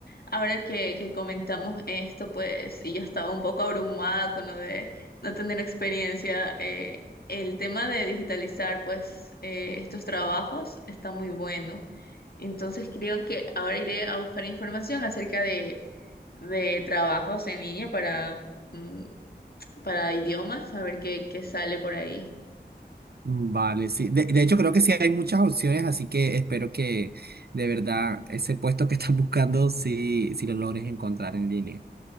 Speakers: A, on the left; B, on the right.
A: ahora que, que comentamos esto, pues, y yo estaba un poco abrumada con lo de no tener experiencia, eh, el tema de digitalizar, pues, eh, estos trabajos está muy bueno. Entonces creo que ahora iré a buscar información acerca de de trabajos en línea para, mm, para idiomas, a ver qué, qué sale por ahí.
B: Vale, sí. De, de hecho, creo que sí hay muchas opciones, así que espero que de verdad ese puesto que están buscando, sí, sí lo logres encontrar en línea.